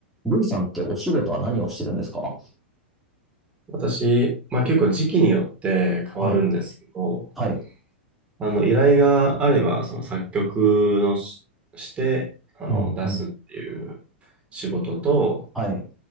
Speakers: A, in the centre; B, on the right (about 20°).
A: ルイさんってお仕事は何をしてるんですか
B: 私、まあ結構時期によって変わるんですけど、
A: はい。はい。
B: あの依頼があれば、その作曲のし、して、あの出すっていう
A: うん、うん。
B: 仕事と、
A: はい。